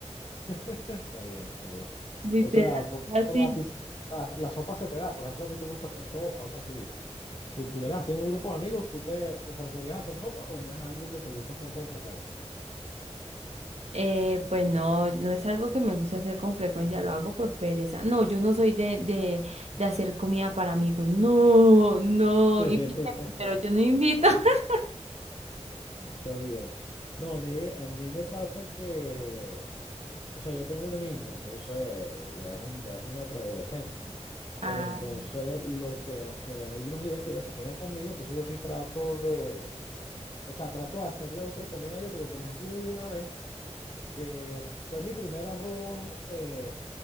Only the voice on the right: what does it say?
literal,
así.
Eh, pues no, no es algo que me gusta hacer con frecuencia, lo hago por pereza. No, yo no soy de, de, de hacer comida para amigos. No, no,
invítame, pero yo no invito. <laughs>
Ah,